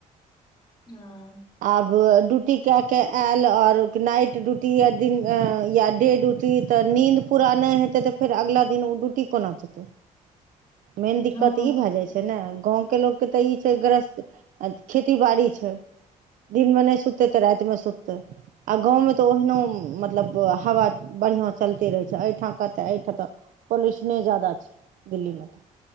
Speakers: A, on the left; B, on the right.
A: ह
B: आब ड्यूटी केए के आयल आओर नाइट ड्यूटी य दिन या डे ड्यूटी तऽ नींद पूरा नहि हेते तऽ फेर अगिला दिन ओ ड्यूटी कोना जेतै मेन दिक्कत
A: हँ
B: ई भए
A: से
B: जाय छै ने गाँवके लोकके तऽ ई छै ग्रस्थ खेती बाड़ी छै दिन में नहि सुते ते राति में सुते तऽ आ गाँवमे तऽ ओहिनो मतलब हवा बढ़िआँ चलिते रहै छै एहिठाम कहतय एहिठाम तऽ पॉल्यूशने जादा छै दिल्लीमे तऽ